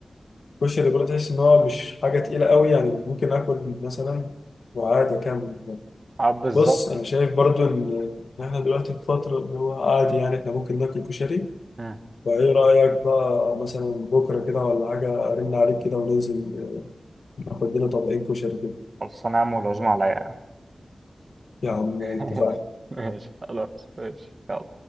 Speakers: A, on the left (about 90°); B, on the right (about 45°).
A: الكشري برضه تحس إن هو مش حاجة تقيلة قوي يعني ممكن آكل مثلا وعادي أكمل يعني.
B: اه بالظبط
A: بص أنا شايف برضه إن إن إحنا دلوقتي في فترة اللي هو عادي يعني إحنا ممكن ناكل كشري
B: مم.
A: فإيه رأيك بقى مثلا بكرة كده ولا حاجة أرن عليك كده وننزل ناخد لنا طبقين كشري كده
B: خلاص انا يا عم والعزومه عليا
A: يا عم
B: <laughs>
A: اتفقنا
B: ماشي خلاص ماشي يلا